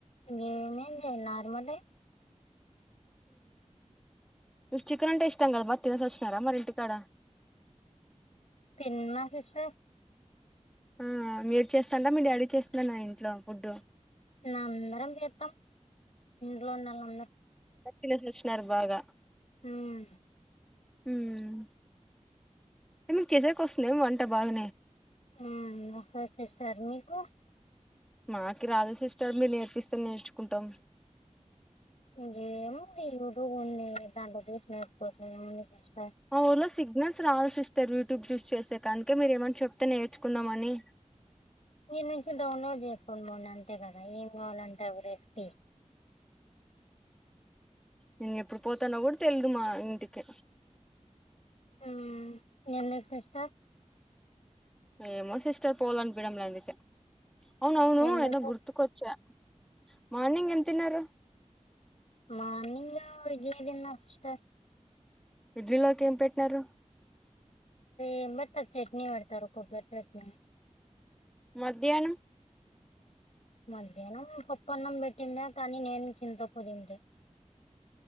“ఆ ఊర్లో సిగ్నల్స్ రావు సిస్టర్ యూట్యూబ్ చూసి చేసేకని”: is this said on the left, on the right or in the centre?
Centre